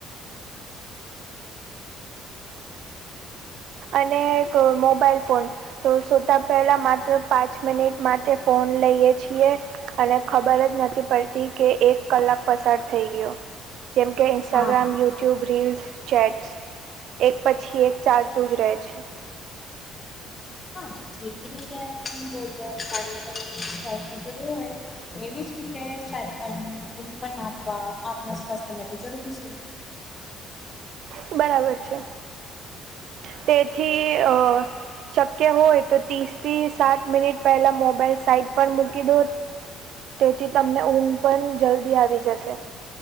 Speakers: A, on the right; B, on the left.
A: અને એક મોબાઈલ ફોન. તો સોતા પહેલા માત્ર પાંચ મિનિટ માટે ફોન લઈએ છીએ. અને ખબર જ નથી પડતી કે, એક કલાક પસાર થઈ ગયો. જેમ કે, ઇન્સ્ટાગ્રામ,
B: હા
A: યુટ્યુબ, રીલ્સ, ચેટ્સ એક પછી એક ચાર જાય છે.
B: હા, જેવી રીતે ભોજન કાર્યક્રમ જરૂર હોય. એવી જ રીતેારીપ <unintelligible> આપવા આપણા સ્વાસ્થ્ય માટે જરૂરી છે.
A: બરાબર છે. તેથી અ શક્ય હોય તો, ત્રીસ થી સાત મિનિટ પહેલાં મોબાઈલ સાઈટ પર મૂકી દો. તેથી તમને ઊંઘ પણ જલ્દી આવી જશે.